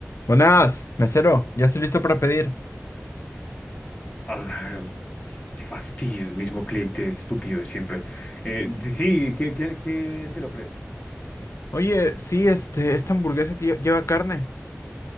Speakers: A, on the left; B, on the left.
A: Buenas, mesero, ya estoy listo para pedir.
B: Ah, qué fastidio, el mismo cliente estúpido de siempre. Eh, di- sí, ¿qué, qué, qué se le ofrece?
A: Oye, sí, este, esta hamburguesa tie- lleva carne.